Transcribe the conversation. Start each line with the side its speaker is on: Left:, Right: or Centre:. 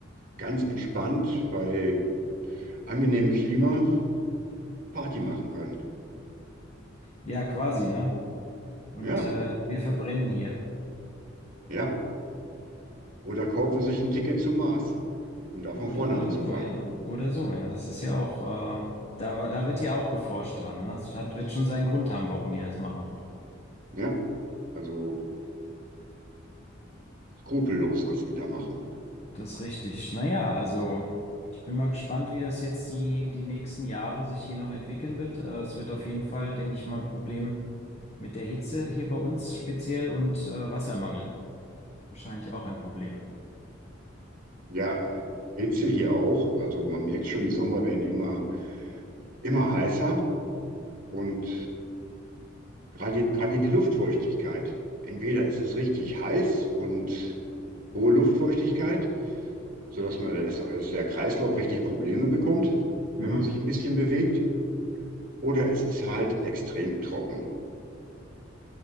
Right: ganz entspannt bei angenehmem Klima Party machen können.
Left: Ja, quasi, ne? Und
Right: Ja,
Left: äh, wir verbrennen hier.
Right: ja. Oder kaufen sich ein Ticket zum Mars, um da von
Left: Oder
Right: vorne anzufangen.
Left: so, ja. Oder so, ja. Das ist ja auch, äh, da, da wird ja auch geforscht dran, ne? Es hat, wird schon seinen Grund haben, warum die das machen.
Right: Ja, also skrupellos, was die da machen.
Left: Das ist richtig. Naja, also ich bin mal gespannt, wie das jetzt die, die nächsten Jahre sich hier noch entwickeln wird. Äh, es wird auf jeden Fall, denke ich mal, ein Problem mit der Hitze hier bei uns speziell und äh, Wassermangel. Wahrscheinlich auch ein Problem.
Right: Ja, äh, Hitze hier auch. Also man merkt schon, die Sommer werden immer, immer heißer und gerade, gerade die Luftfeuchtigkeit. Entweder ist es richtig heiß und hohe Luftfeuchtigkeit, sodass man, dass, dass der Kreislauf richtig Probleme bekommt,
Left: Mhm.
Right: wenn man sich ein bisschen bewegt, oder es ist halt extrem trocken.